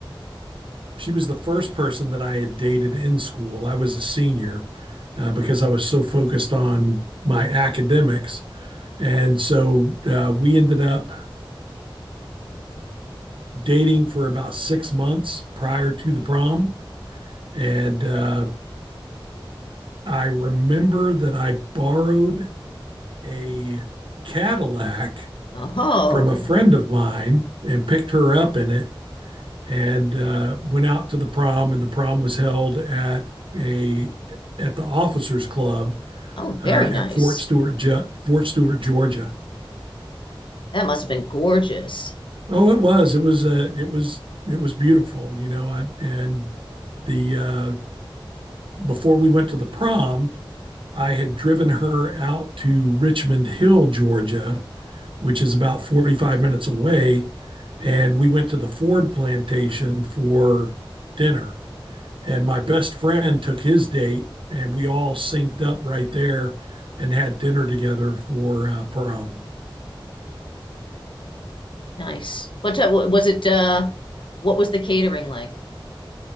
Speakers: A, on the right (about 65°); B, on the left (about 65°).
A: She was the first person that I had dated in school. I was a senior uh, because I was so focused on my academics, and so uh, we ended up dating for about six months prior to the prom. And uh, I remember that I borrowed a Cadillac
B: Oh,
A: from a friend of mine and picked her up in it and uh, went out to the prom and the prom was held at a at the officers club
B: oh, very
A: uh,
B: nice.
A: at Fort Stewart Ge- Fort Stewart Georgia
B: That must have been gorgeous.
A: oh it was it was uh, it was it was beautiful you know I, and the uh, before we went to the prom I had driven her out to Richmond Hill Georgia which is about 45 minutes away. And we went to the Ford plantation for dinner. And my best friend took his date, and we all synced up right there and had dinner together for uh, prom.
B: Nice. What ti- wa- was it? Uh, what was the catering like?